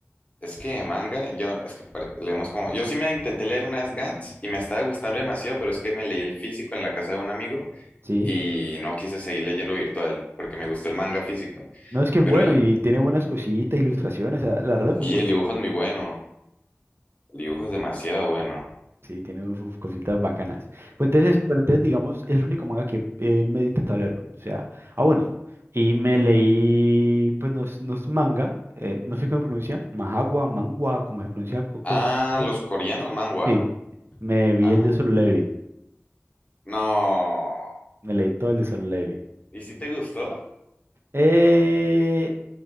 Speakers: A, on the left (about 30°); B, on the right (about 60°).
A: Es que manga, yo, es que pare- leemos como. Yo sí me intenté leer una vez Gantz y me estaba gustando demasiado, pero es que me leí el físico en la casa de un amigo.
B: Sí.
A: y no quise seguir leyendo virtual porque me gustó el manga físico.
B: No, es que es
A: Pero
B: bueno
A: y-
B: y tiene buenas cositas, ilustraciones, la la verdad es
A: sí,
B: muy bueno.
A: el dibujo es muy bueno. El dibujo es demasiado bueno.
B: Sí, tiene uf, cositas bacanas. Pues entonces, pero entonces, digamos, es el único manga que eh, me he intentado leerme. O sea, ah, bueno. Y me leí, pues no es, no es manga, eh, no sé
A: Ujú.
B: cómo se pronuncia, Mahagua, Mangua, cómo se pronuncia. co- co-
A: Ah,
B: ¿no?
A: los coreanos manhwa.
B: Sí, me vi
A: Ajá.
B: el de Solo Leveling.
A: No.
B: Me leí todo el de Solo Leveling.
A: ¿Y si te gustó?
B: Eh,